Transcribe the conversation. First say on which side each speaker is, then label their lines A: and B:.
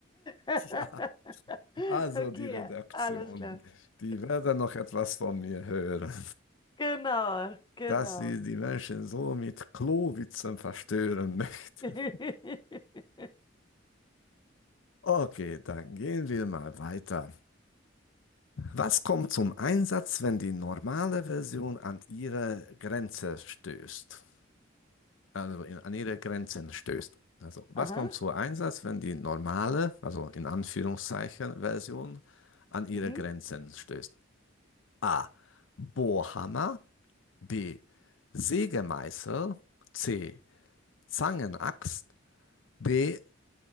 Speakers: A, on the left (about 25°); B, on the left (about 75°).
A: <laughs>
B: ja. Also
A: Okay,
B: die Redaktion,
A: alles klar. <laughs>
B: die werden noch etwas von mir hören,
A: Genau,
B: <laughs>
A: genau.
B: dass sie die Menschen so mit Klowitzen verstören <laughs> möchten.
A: <laughs>
B: Okay, dann gehen wir mal weiter. Was kommt zum Einsatz, wenn die normale Version an ihre Grenze stößt? Also in, an ihre Grenzen stößt. Also was
A: Aha.
B: kommt zum Einsatz, wenn die normale, also in Anführungszeichen Version an ihre
A: Mhm.
B: Grenzen stößt? A. Bohrhammer. B. Sägemeißel. C. Zangenaxt. D.